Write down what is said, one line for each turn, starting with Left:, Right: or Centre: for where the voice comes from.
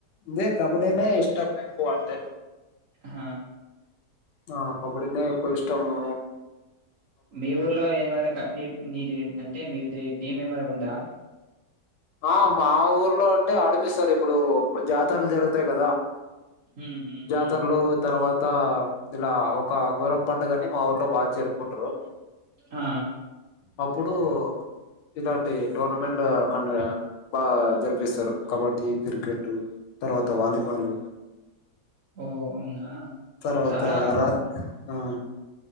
Left: ఇదే కబడ్డీనే ఇష్టం ఎక్కువ అంటే
Right: హా
Left: అ కబడినే ఎక్కువ ఇస్ టమూ
Right: మీ ఊర్లో ఏ మర క నీ నీట్ అంటె మీది టీమ్ మెమన ఉందా
Left: ఆ మా ఊర్లో అంటే ఆడిపిస్తరు ఇప్పుడు జాతర్లు జరుగుతాయి కదా
Right: హ్మ్. హ్మ్. హ్మ్.
Left: జాతర్లో తర్వాత్ అంత ఇలా ఒక ఘోరం పండగని మా ఊర్లో బా జరుపుకుంటరు
Right: ఆ
Left: అప్పుడూ ఇలాంటి టోర్నమెంట్ల కండగా బా జరిపిస్తరు కబడ్డీ, కిర్కెట్టు తర్వాత వాలీబాలు
Right: ఓ అవునా
Left: తర్వాతా
Right: చాలా
Left: రాత్ ఆ